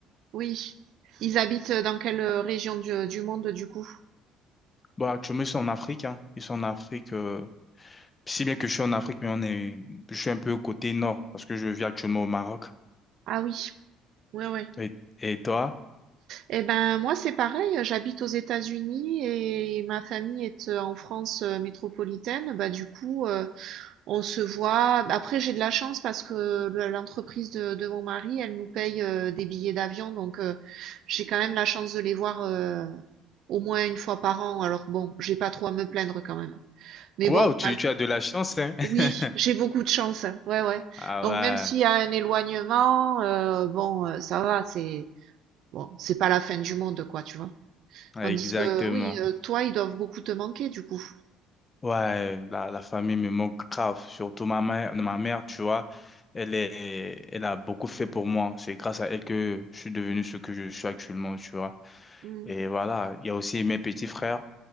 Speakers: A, on the right; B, on the left.
A: Oui. Ils habitent euh, dans quelle euh, région du, du monde du coup?
B: Bon, actuellement, ils sont en Afrique. Hein. Ils sont en Afrique. euh, si bien que je suis en Afrique, mais on est, je suis un peu au côté nord parce que je vis actuellement au Maroc.
A: Ah oui, ouais, ouais.
B: Et, et toi?
A: Eh ben moi c'est pareil, euh, j'habite aux États-Unis et ma famille est euh, en France euh, métropolitaine. Bah du coup, euh, on se voit. Après j'ai de la chance parce que le- l'entreprise de, de mon mari, elle nous paye euh, des billets d'avion, donc euh, j'ai quand même la chance de les voir euh, au moins une fois par an. Alors bon, j'ai pas trop à me plaindre quand même. Mais
B: Waouh,
A: bon,
B: tu, tu as de la chance, hein? <laughs>
A: Oui, j'ai beaucoup de chance. Ouais, ouais.
B: Ah
A: Donc même s'il y a un éloignement, euh, bon, euh, ça va, c'est bon, c'est pas la fin du monde, quoi, tu vois.
B: ouais,
A: Tandis
B: exactement.
A: que oui, euh, toi, ils doivent beaucoup te manquer, du coup.
B: Ouais, la, la famille me manque grave, surtout ma mère, ma mère, tu vois, elle est, elle a beaucoup fait pour moi. C'est grâce à elle que je suis devenu ce que je suis actuellement, tu vois.
A: Mm.
B: Et voilà, il y a aussi mes petits frères,